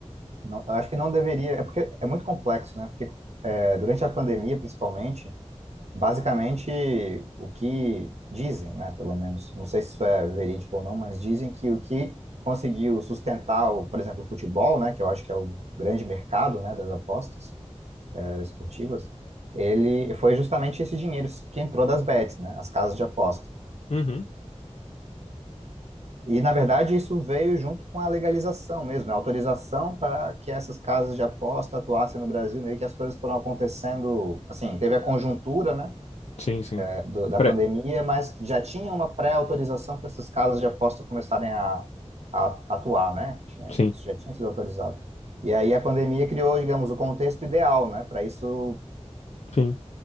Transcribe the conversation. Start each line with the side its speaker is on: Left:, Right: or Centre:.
Right: não- eu acho que não deveria. É porque é muito complexo, né? Porque é, durante a pandemia, principalmente, basicamente o que dizem, né? Pelo menos, não sei se isso é verídico ou não, mas dizem que o que conseguiu sustentar, o, por exemplo, o futebol, né? Que eu acho que é o grande mercado, né? Das apostas é, esportivas, ele foi justamente esse dinheiro que entrou das bets, né? As casas de aposta.
Left: Uhum.
Right: E, na verdade, isso veio junto com a legalização mesmo, né? Autorização para que essas casas de aposta atuassem no Brasil, meio que as coisas foram acontecendo, assim, teve a conjuntura, né,
Left: Sim, sim.
Right: é, do- da
Left: Pre-
Right: pandemia, mas já tinha uma pré-autorização para essas casas de aposta começarem a, a atuar, né? Tinha,
Left: Sim,
Right: isso já tinha sido autorizado. E aí a pandemia criou, digamos, o contexto ideal, né, para isso
Left: sim.